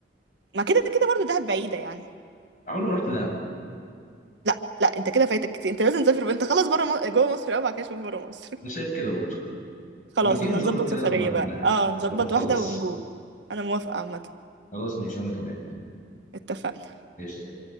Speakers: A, on the right (about 85°); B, on the left (about 45°).
A: ما كده كده برضو دهب بعيده يعني
B: عمري ما رحت دهب
A: لا لا انت كده فايتك كتير انت لازم تسافر انت خلاص بره م... جوه مصر قوي بعد كده شوف بره مصر
B: انا شايف كده برضه
A: <laughs>
B: طب
A: خلاص
B: ما تيجي
A: احنا
B: نظبط
A: نظبط
B: كده
A: سفريه
B: لما ن-
A: بقى اه نظبط
B: لما نخلص
A: واحده ونجو انا موافقه عامه
B: خلاص ماشي وانا كمان
A: اتفقنا
B: ايش